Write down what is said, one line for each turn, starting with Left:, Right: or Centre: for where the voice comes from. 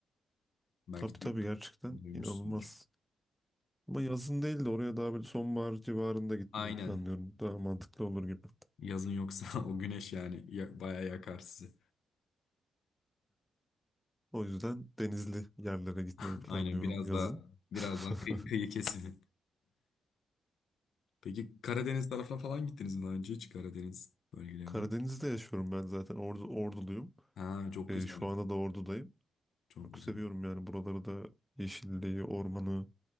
Left: Belki
Centre: tabii tabii
Left: duy-
Centre: gerçekten
Left: duymuşsundur.
Centre: inanılmaz. Ama yazın değil de oraya daha böyle sonbahar civarında gitmeyi
Left: Aynen.
Centre: planlıyorum. Daha mantıklı olur gibi.
Left: Yazın yoksa <laughs> o güneş yani ya, bayağı yakar sizi.
Centre: O yüzden denizli yerlere gitmeyi
Left: <laughs>
Centre: planlıyorum
Left: Aynen biraz
Centre: yazın.
Left: daha biraz
Centre: <laughs>
Left: daha kı- kıyı kesimi. Peki Karadeniz tarafına falan gittiniz mi daha önce hiç Karadeniz bölgelerine?
Centre: Karadeniz'de yaşıyorum ben zaten. Ordu, Orduluyum.
Left: Ha çok
Centre: Ee,
Left: güzel.
Centre: şu anda da Ordu'dayım.
Left: Çok
Centre: Çok
Left: güzel.
Centre: seviyorum yani buraları da yeşilliği, ormanı,